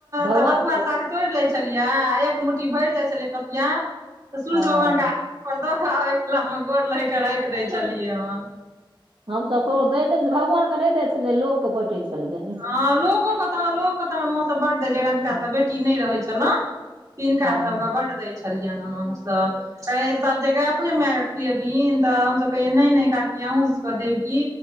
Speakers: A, on the right; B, on the right.
A: भगवान
B: तऽ बथुआ साग तोड़ि लै छलियै आ एक मुट्ठी भरि जाइ छलियै पथिआ तऽ सूर्य
A: हँ
B: भगवान के <unintelligible> पर खबैके मे गोर लगि कऽ राखि दै छलियै हँ।
A: हम सभ कोकरो दै नय छलियै भगवान के नय दै छलिय लोक के बांटय छलियै हें।
B: ह लोकोे कतऽ लोक के तऽ हमर माँ सब बड दय जिनका
A: हँ
B: सबक बेटी नय रहै छलनि तिनका
A: हँ
B: सभके बड्ड दै छलियनि हम हमसभ कहै सभ जगह अपने माय के खुएबीन तऽ हमसभ कहैयै नय नय काकी अहूँ सबके देब की।